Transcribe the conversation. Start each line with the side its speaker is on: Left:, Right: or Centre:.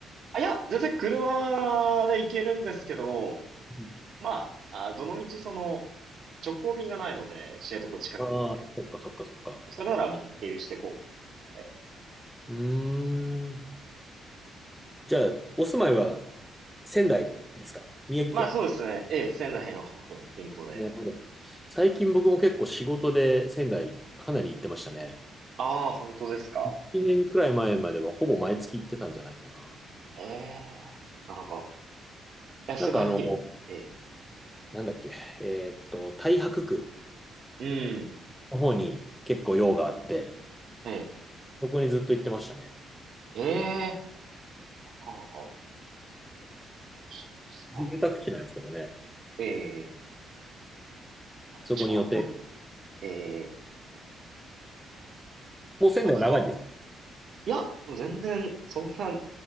Right: あ、いや、全然車で行けるんですけど、
Centre: うん
Right: まあ、あ、どの道その、直行便がないので、知床近くに行ける空港。
Centre: ああー、そっかそっかそっか。
Right: それならもう経由してこう。え
Centre: うーん。じゃあ、お住まいは仙台ですか宮城県。
Right: まあそうですね。ええ、仙台の方の近郊で。
Centre: なるほど。最近僕も結構仕事で仙台かなり行ってましたね。
Right: ああ、本当ですか。
Centre: 1年くらい前まではほぼ毎月行ってたんじゃないかな。
Right: ええ、なかなか。いや、すごい。
Centre: なんかあの、
Right: ええ、
Centre: なんだっけ、えーっと、太白区
Right: うん。
Centre: の方に結構用があって、
Right: え
Centre: そこにずっと行ってましたね。
Right: え、ええ、なかなか。そうですな。
Centre: 住宅地なんですけどね。
Right: ええ、あ確かにあんまり、
Centre: そこに予定。
Right: ええ、
Centre: もう仙台長いんですか
Right: 大学か。いや、もう全然、そんな